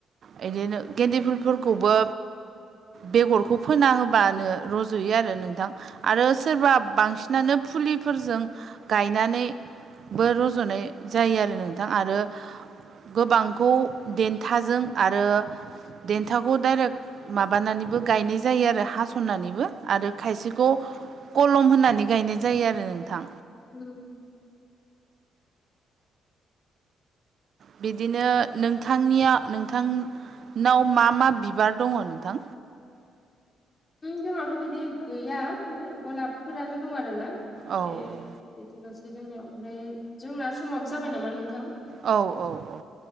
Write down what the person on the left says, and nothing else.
उ
जोंनावथ' बिदि गैया गलाबफोरानो दं आर ना ओमफ्रायो
बिदिल'सै जोंनियाव ओमफ्राय जोंना समाब जाबाय नामा नोंथां